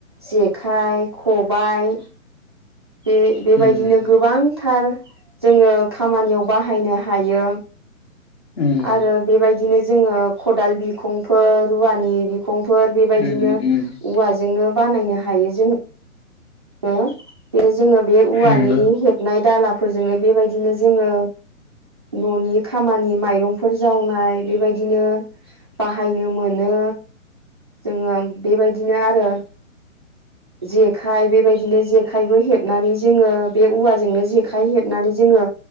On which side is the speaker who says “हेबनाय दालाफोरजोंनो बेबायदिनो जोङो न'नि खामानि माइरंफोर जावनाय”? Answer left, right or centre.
Right